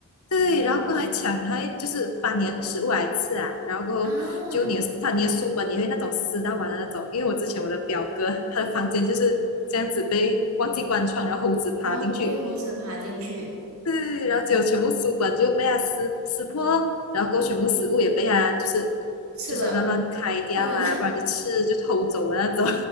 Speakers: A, on the left; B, on the right.
A: 对，然后还抢，还就是翻你的食物来吃啊，然后过后就你的他你的书本也会那种撕到完的那种，
B: 啊，
A: 因为我之前我的表哥他的房间就是这样子被忘记关窗，然后猴子爬进去，
B: 然后给猴子爬进去
A: 对，然后就全部书本就被他撕撕破，然后过后全部食物也被他就是
B: 吃了，
A: 就是乱乱开掉啊，
B: 或者是 <laughs>
A: 不然就吃就偷走的那种，